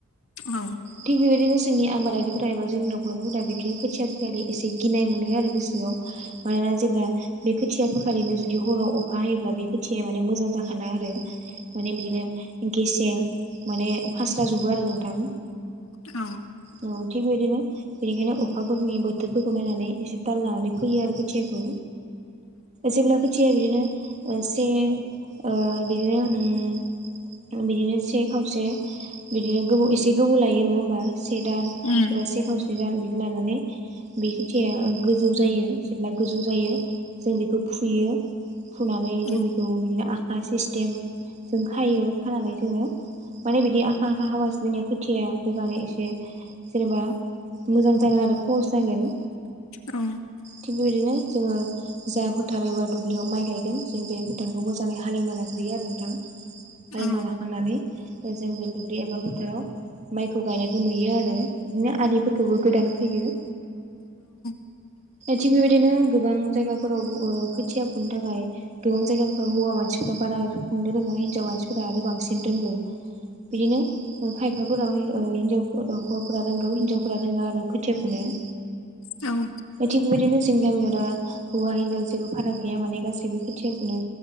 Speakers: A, on the left (about 65°); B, on the right (about 30°).
A: औ
B: थिग बेबायदिनो जोंनिया आबादारिफोरा एबा जोंनि न'खरफोरा बिदिनो खोथिया फैखालि एसे गिनाय मोनो आरो गोसोआव मानोना जे‌ ब्ला बे खोथिया फोखालिनो जुदि हराव अखा हायोब्ला बे खोथियाया माने मोजां जाखाला आरो माने बिदिनो गेसें माने फास्रा जोबो आरो नोंथां।
A: औ
B: औ थिग बेबायदिनो बेनिखायनो अखाफोरनि बोथोरफोरखौ नायनानै एसे ताल लानानै फोयो आरो खोथियाखौ‌ जेब्ला खोथि या फोयो बिदिनो ओ से ओ बिदिनो उम बिदिनो से खावसे बिदिनो गोबाव एसे से गोबाव लायो नङा होमबा से दान
A: उम
B: एबा से खावसे से दान बिदि लानानै बे खोथियाया गोजौ जायो जेब्ला गोजौ जायो जों बेखौ फुयो। फुनानै
A: औ
B: जों बेखौ बिदिनो आखा सिस्टेम जों खायो खानानै जोङो माने बिदि आखा आखा खाबासो जोंनिया खोथिया रोगानो एसे जेनेबा मोजां जागोन आरो सहस जागोन।
A: औ
B: थिग बेबायदिनो जोङो जा फोथार एबा दुब्लियाव माइ गायगोन जों बे फोथारखौ मोजाङै हालेवना लाग ग्रोयो आरो नोंथां हालेवना
A: औ
B: लाखांनानै जों बे दुब्लि एबा फोथाराव माइखौ गायनायखौ नुयो आरो बिदिनो आलिफोरखौबो गोदान खोयो।
A: <inaudible>
B: थिग बेबायदिनो गोबां जायगाफोराव ओ खोथिया फुनो थाखाय गोबां जायगाफोराव हौवा मानसिफोरा बारा फुनो रोङा हिजाव मानसिफोरा आरो बांसिन रोंगौ बिदिनो ओ खाय हौवाफोराव ओ हिनजाव ओ हौवाफोरा रोंगौ हिनजावफोरा रोङा आरो खोथिया फुनाया।
A: औ‌।
B: थिग बेबायदिनो जोंनि गामियाव दा हौवा हिनजाव जेबो फाराग गैया माने गासैबो खोथिया फुनो